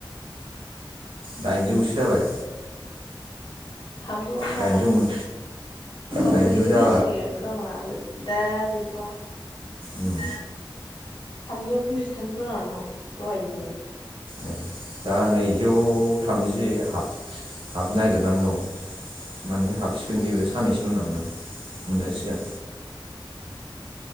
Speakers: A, on the right (about 90°); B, on the left (about 65°).
A: दाइनजौसो जाबाय
B: ए आरो थामजौआनो बाराखै
A: दाइनजौ मोन
B: अ
A: दाइनजौ
B: ब्रैजौ
A: जाबाय
B: जासिगोन नमा दा गैथवा
A: उम
B: थामजौ गुजिथामलन दहायनिजों
A: ए दा नैजौ थामजि हाब हाबनो नागिरनानै दं माने हाबसिगोन बेेबो साननैसो जोंनावनो मोनजासिगोन